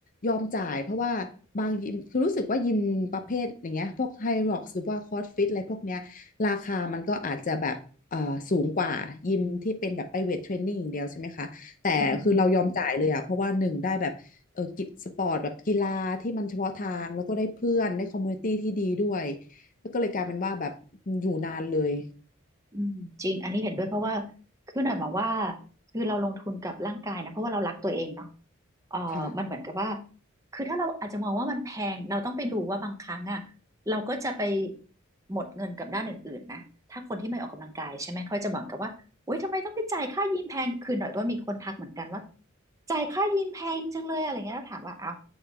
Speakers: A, on the left; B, on the right.
A: ยอมจ่ายเพราะว่าบางยิมคือรู้สึกว่ายิมประเภทอย่างเงี้ยพวกไฮร็อกหรือว่าคอร์สฟิตอะไรพวกเนี้ยราคามันก็อาจจะแบบเอ่อสูงกว่ายิมที่เป็นแบบไปเวทเทรนนิ่งอย่างเดียวใช่ไหมคะแต่คือเรายอมจ่ายเลยอ่ะเพราะว่าหนึ่งได้แบบเออกิจสปอร์ตแบบกีฬาที่มันเฉพาะทางแล้วก็ได้เพื่อนได้คอมมูนิตี้ที่ดีด้วย
B: อืม
A: แล้วก็เลยกลายเป็นว่าแบบอยู่นานเลย
B: อืมจริงอันนี้เห็นด้วยเพราะว่าคือหน่อยมองว่าคือเราลงทุนกับร่างกายนะเพราะว่าเรารักตัวเองเนาะเออมันเหมือนกับว่า
A: ค่ะ
B: คือถ้าเราอาจจะมองว่ามันแพงเราต้องไปดูว่าบางครั้งอ่ะเราก็จะไปหมดเงินกับด้านอื่นๆนะถ้าคนที่ไม่ออกกำลังกายใช่ไหมเขาจะบอกกับว่าโอ๊ยทำไมต้องไปจ่ายค่ายิมแพงคือหน่อยว่ามีคนทักเหมือนกันว่าจ่ายค่ายิมแพงจังเลยอะไรเงี้ยแล้วถามว่าเอา